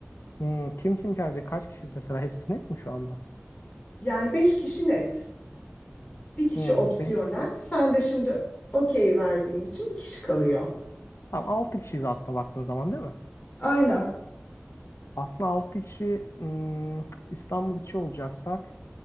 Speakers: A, on the left; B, on the left.
A: Hmm, kim kim gelecek? Kaç kişiyiz mesela? Hepsi net mi şu anda?
B: Yani beş kişi net. Bir kişi
A: Hmm,
B: opsiyonel.
A: 5 kişiyiz.
B: Sen de şimdi okey verdiğin için bir kişi kalıyor.
A: Tamam 6 kişiyiz aslında baktığın zaman değil mi?
B: Aynen.
A: Aslında 6 kişi hmm, İstanbul içi olacaksak